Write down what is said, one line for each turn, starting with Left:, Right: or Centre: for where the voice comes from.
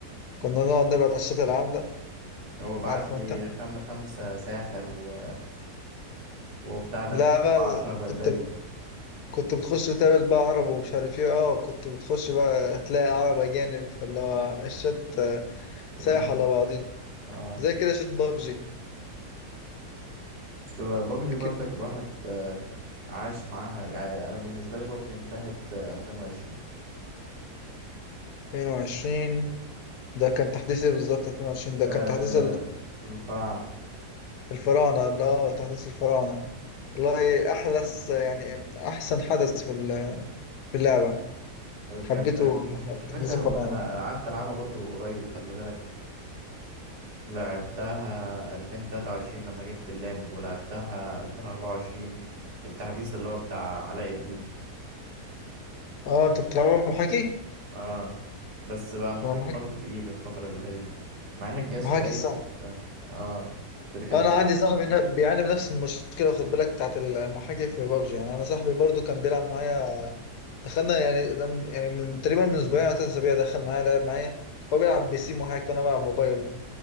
Left: كنا نقعد نبعد على الشط العام ده
Right: هو بعت
Left: عارفه
Right: لي
Left: أنت؟
Right: خمسة خمسة ساحر و... وبتاع ده
Left: لا بقى
Right: وعشرة
Left: لا.
Right: بربريو
Left: أنت كنت بتخش تقابل بقى عرب ومش عارف إيه أه كنت بتخش بقى تلاقي عرب أجانب فاللي هو الشط سايح
Right: ايه
Left: على بعضيه
Right: اه
Left: زي كده شط بابجي
Right: بس بابجي
Left: أكيد
Right: برضك الواحد عاش معاها يعني انا بالنسبة لي بابجي انتهت 2020
Left: 22 ده كان تحديث إيه بالظبط 22 ده
Right: آه
Left: كان تحديث
Right: الفراعنة
Left: الفراعنة لا تحديث الفراعنة والله أحدث يعني أحسن حدث في ال- في اللعبة حبيته
Right: كان مش مش فاكر
Left: تحديث الفراعنة
Right: انا انا قعدت العبها برضو قريب خلي بالك لعبتها 2023 لما جبت اللاب ولعبتها 2024 التحديث اللي هو بتاع علاء الدين
Left: اه انت بتلعبها محاكي؟
Right: اه بس بقى المحاكي
Left: أنا محاكي
Right: برضو تقيل الفترة اللي فاتت دي مع ان الجهاز
Left: محاكي
Right: كويس
Left: صعب
Right: بس اه كده كده
Left: انا
Right: تقيل
Left: عندي صاحبي نا- بيعاني من نفس المشكلة خد بالك بتاعت المحاكي في بابجي يعني انا صاحبي برضو كان بيلعب معايا دخلنا يعني ده من- يعني من تقريبا من اسبوعين او ثلاث اسابيع دخل معايا لعب معايا هو بيلعب بي سي محاكي وانا بلعب موبايل